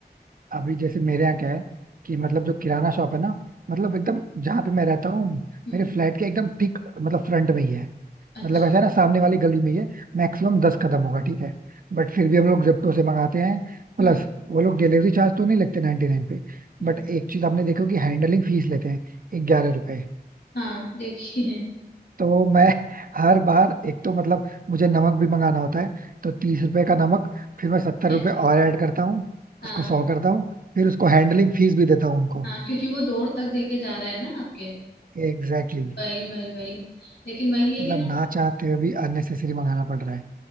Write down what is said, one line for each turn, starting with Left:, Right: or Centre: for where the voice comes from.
Right: अभी जैसे मेरे यहाँ क्या है कि मतलब जो किराना शॉप है ना मतलब एकदम जहाँ पे मैं रहता हूँ
Left: हम्म
Right: मेरे फ्लैट के एकदम ठीक मतलब फ्रंट में ही है
Left: अच्छा
Right: मतलब ऐसा है ना सामने वाली गली में ही है मैक्सिमम दस कदम होगा ठीक है बट फिर भी हम लोग जेप्टो से मंगाते हैं प्लस
Left: हम्म
Right: वो लोग डिलीवरी चार्ज तो नहीं लगते नाइनटी नाइन पे
Left: हम्म
Right: बट एक चीज आपने देखो कि हैंडलिंग फीस लेते हैं ग्यारह रुपए
Left: हाँ देखिए
Right: तो मैं हर बार एक तो मतलब मुझे नमक भी मंगाना होता है तो तीस रुपए का नमक फिर मैं सत्तर
Left: क्या
Right: रुपए और ऐड करता हूँ
Left: हाँ
Right: उसको सौ करता हूँ फिर उसको हैंडलिंग फीस भी देता हूँ उनको
Left: हाँ क्योंकि वो डोर तक देके जा रहा है ना आपके
Right: Exactly exactly.
Left: वही वही वही लेकिन वही है
Right: मतलब
Left: कि ना
Right: ना चाहते हुए भी अननेसेसरी मंगाना पड़ रहा है